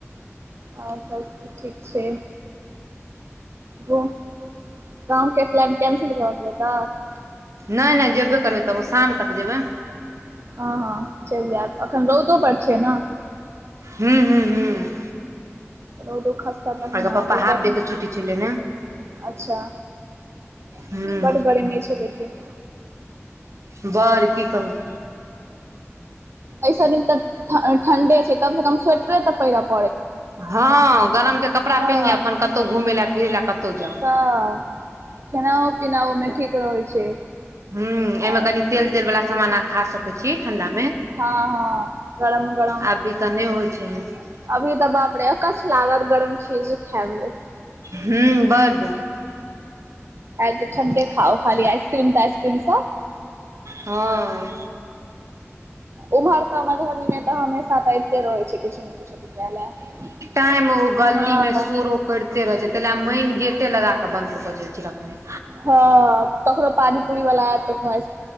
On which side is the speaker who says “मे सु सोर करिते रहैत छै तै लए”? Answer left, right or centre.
Right